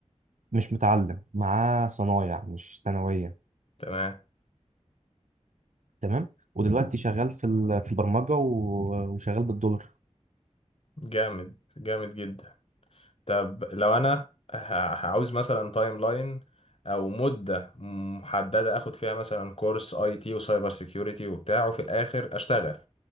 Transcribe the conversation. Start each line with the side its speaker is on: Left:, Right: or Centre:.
Right: مش متعلم معاه صنايع مش ثانويه
Left: تمام
Right: تمام ودلوقتي شغال في ال- في البرمجه و- وشغال بالدولار
Left: جامد جامد جدا طب لو انا ه- هعوز مثلا تايم لاين او مده محدده اخد فيها مثلا كورس اي تي وسايبر سيكيورتي وبتاع وفي الاخر اشتغل